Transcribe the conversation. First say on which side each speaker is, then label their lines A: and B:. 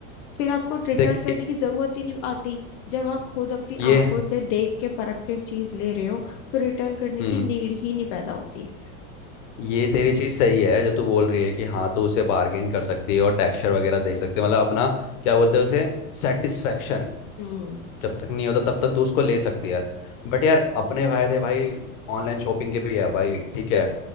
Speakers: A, on the left (about 45°); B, on the left (about 70°).
A: फिर आपको रिटर्न
B: देख
A: करने
B: ए-
A: की जरूरत ही नहीं आती जब आप खुद अपनी
B: ये
A: आंखों से देख के परख के चीज ले रहे हो तो रिटर्न करने
B: हम्म
A: की नीड ही नहीं पैदा होती
B: ये तेरी चीज सही है जो तू बोल रही है कि हाँ तू उसे बार्गेन कर सकती है और टेक्सचर वगैरह देख सकती है मतलब अपना क्या बोलते हैं उसे सेटिस्फेक्शन
A: हम्म
B: जब तक नहीं होता तब तक तू उसको ले सकती है बट यार अपने फायदे भाई ऑनलाइन शॉपिंग के भी है भाई ठीक है